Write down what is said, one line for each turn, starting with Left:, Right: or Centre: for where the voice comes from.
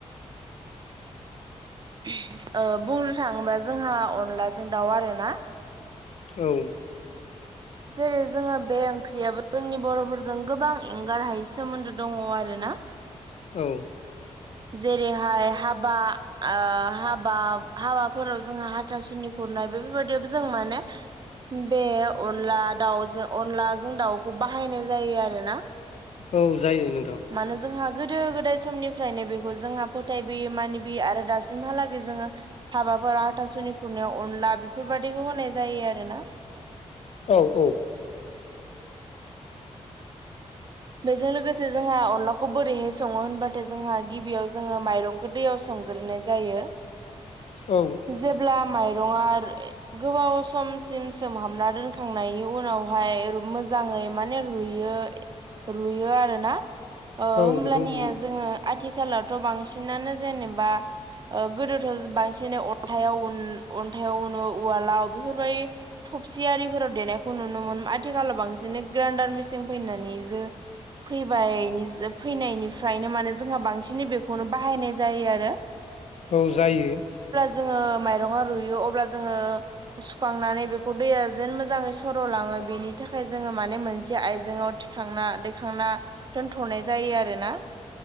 Right: <unintelligible> बुंनो थाङोबा जोंहा अनलाजों दाउ आरोना
Left: औ
Right: जेरै जोङो बे ओंख्रियाबो जोंनि बर'फोरजों गोबां एंगारहायै सोमोन्दो दङ आरो ना
Left: औ
Right: जेरैहाय हाबा ओ हाबा हाबाफोराव जोंहा हाथासुनि खुरनाय बेफोरबायदियावबो जों माने बे अनला दाउजों अनलाजों दाउखौ बाहायनाय जायो आरोना <inaudible>
Left: औ जायो नोंथां
Right: मानो जोंहा गोदो गोदाय समनिफ्रायनो बेखौ जोंहा फोथायबोयो मानिबोयो आरो दासिमहालागै जोङो हाबा माबा हाथासुनि खुरनायाव अनला बेफोरबादिखौ होनाय जायो आरोना।
Left: औ औ।
Right: बेजों लोगोसे जोंहा अनलाखौ बोरैहाय सङो होनबाथाय जोंहा गिबियाव जोङो माइरंखौ दैयाव सो मग्रोनाय जायो
Left: औ
Right: <inaudible> जेब्ला माइ रङा गोबाव समसिम सोमहाबना दोनखांनायनि उनावहाय रु मोजां माने रुयो रुयो आरोना ओ
Left: औ
Right: होब्लानिया
Left: बेखौ रुयो
Right: जोङो आथि खालावथ' बांसिनानो जेनेबा ओ गोदोथ' बांसिन अ न्थायाव उन अन्थायाइाव उनो उवालाव बेफोरबायदि थबसि आरिफोराव देनायखौ नुनो मोनो आथिखालाव बांसिनै ग्राइन्डार मेसिन फैनानै फैबाय फैनायनिफ्रायनो माने जोंहा बांसिनै बेखौनो बाहायनाय जायो आरो।
Left: औ जायो।
Right: ङो माइरङा रुयो अब्ला जोङो सुखांनानै बेखौ दैया जेन मोजाङै सर'लाङो बेनि थाखाय जोङो माने मोनसे आइजेंआव थि खांना दैखांना दोनथ'नाय जायो आरोना।